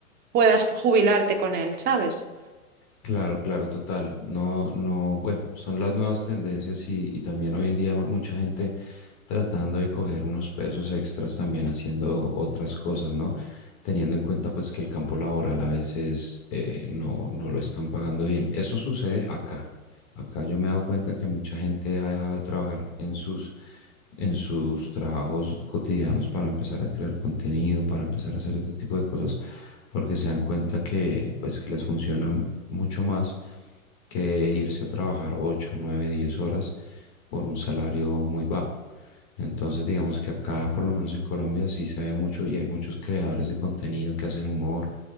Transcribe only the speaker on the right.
puedas jubilarte con él, ¿sabes?